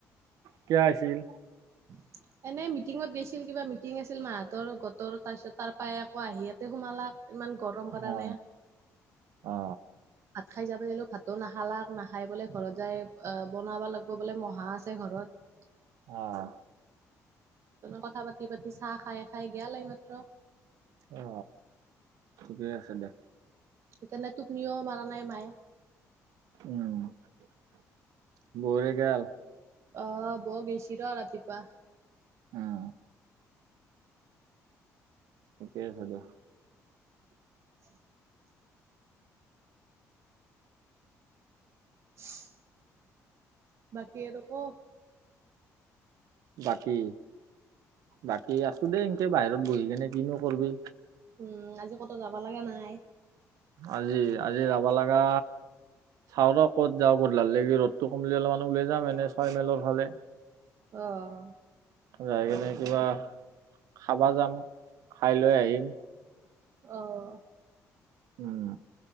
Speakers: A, on the right; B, on the right.
A: কিয় আছিল
B: উ এনেই মিটিঙত গৈছিল কিবা মিটিং আছিল মাহঁতৰ গটৰ তাৰপিছত তাৰ পই আকৌ আহি ইয়াতে সোমালাক ইমান গৰম কাৰণে
A: অ অ
B: ভাত খাই যাব লাগিলো ভাতো নাখালাক নাখাই বোলে ঘৰত যাই বনাব লাগিব বোলে মহা আছে ঘৰত
A: অ
B: কথা পাতি পাতি চাহ খাই খাই গেল এই মাত্ৰ
A: অ ঠিকেই আছে দে
B: সেইকাৰণে তটোপনিয়ৌ মাৰা নাই মায়ে
A: উম ভৰে গেল <inaudible>
B: অ ব গিছিৰ ৰাতিপুৱা
A: অ', ঠিকেই আছে দিয়া
B: <inaudible> <inaudible> বাকী এইটো ক
A: বাকী বাকী আছো দেই এনকে বাহিৰত বহি কিনো কৰবি।
B: উম আজি ক'তো যাব লাগা নাই?
A: আজি-আজি যাবা লাগা চাওঁ ৰ ক'ত যাওঁ ক'ত গধূলা লাগি ৰ'দটো কমিলে অলপমান ওলাই যাম এনেই ছয় মাইলৰ ফালে
B: অ',
A: যাই কেনে কিবা খাবা যাম খাই লৈ আহিম
B: অ',
A: উম